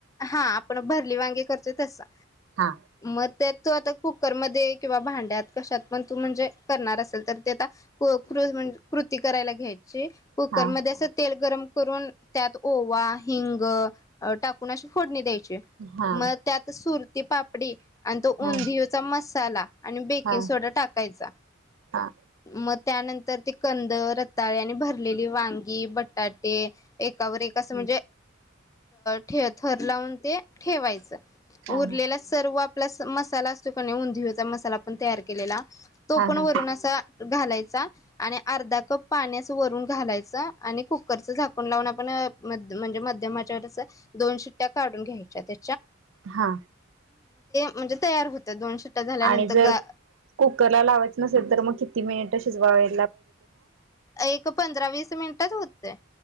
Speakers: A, on the left; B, on the right.
A: हा आपण भरली वांगी कर तोय तसं
B: हा
A: म् त्यात तू आता कुकरमध्ये किंवा भांड्यात कशात पण तू, म्हणजे करणार असेल त्यात ते आता क कृ कृती करायला घ्याय् ची. कुकरमध्ये
B: हा
A: असं तेल गरम करू‌न त्यात ओवा, हिंग अ् - टाकून अशी फोडणी द्यायची
B: हा
A: मग त्यात सुरती पापडी आणि तो
B: हा
A: उंदिओचा मस् साला आणि बेकिंग
B: हा
A: सोडा टाकायचा.
B: हा
A: मग त्यानंतर ते कंद, रताळे आणि भरलेली वांगी, बटाटे एकावर एक असं म्हणजे थर ठेव थर लावून ते ठेवायचं.
B: हा
A: उरलेला सर्व प्लस मसाला असतोय कनी उंदिओचा मसाला आपण तयार केलेला? तो
B: हा
A: पण
B: हा
A: वरून असा घालायचा आणि अर्धा प पाणी असं वरून घालायचं आणि कुकरचं झाकण लावून आपण म्हणजे मध्यम आचेवर दोन शिट्ट्या काढून घ्यायच्या त्या
B: हा
A: म्हणजे तयार होतं दोन शिट्ट्या झाल्यानंतर
B: आणि जर
A: गा
B: कुकर ला लावायचं नसेल तर मग किती मिनिट शिजवावे?
A: एक पंधरा वीस मिनिटात होतय